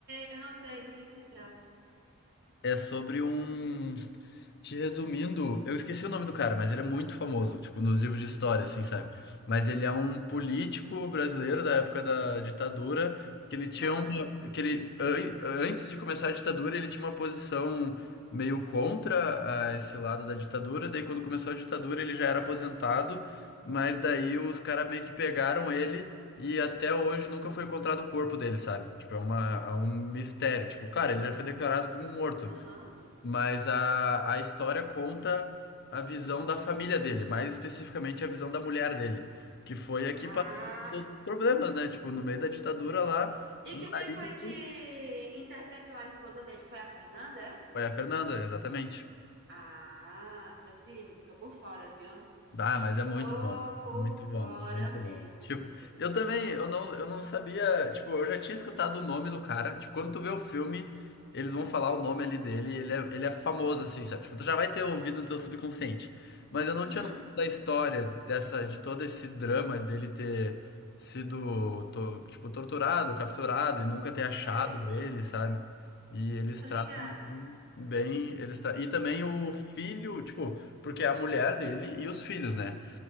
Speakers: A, on the right; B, on the left.
A: eu não sei do que se trata.
B: É sobre um. Te resumindo, eu esqueci o nome do cara, mas ele é muito famoso, tipo, nos livros de história, assim, sabe? Mas ele é um político brasileiro da época da ditadura, que ele tinha
A: Hã?
B: uma, que ele, an- antes de começar a ditadura, ele tinha uma posição meio contra a esse lado da ditadura, daí quando começou a ditadura ele já era aposentado, mas daí os caras meio que pegaram ele e até hoje nunca foi encontrado o corpo dele, sabe? Tipo, é uma, é um mistério. Tipo, claro, ele já foi declarado como morto,
A: Aham.
B: mas a, a história conta a visão da família dele, mais especificamente a visão da mulher dele, que foi aqui que
A: Ah.
B: por todos os problemas, né? Tipo, no meio da ditadura lá,
A: E
B: o
A: quem
B: marido.
A: foi que interpretou a esposa dele? Foi a Fernanda? é?
B: Foi a Fernanda, exatamente.
A: Ah, meu filho, tô por fora, viu?
B: Dá, mas é muito
A: Tô
B: bom.
A: por
B: Muito bom,
A: fora
B: muito
A: mesmo,
B: bom. Tipo,
A: meu filho.
B: eu também, eu não, eu não sabia, tipo, eu já tinha escutado o nome do cara. Tipo, quando tu vê o filme, eles vão falar o nome ali dele, e ele é, ele é famoso, assim, sabe? Tipo, tu já vai ter ouvido no teu subconsciente. Mas eu não
A: Uhum,
B: tinha noção da história dessa, de todo esse drama dele ter sido, to- tipo, torturado, capturado e nunca ter achado
A: sei,
B: ele, sabe? E eles
A: tô
B: tratam
A: ligada.
B: aquilo bem, eles tra... e também o filho, tipo porque é a mulher dele e os filhos, né?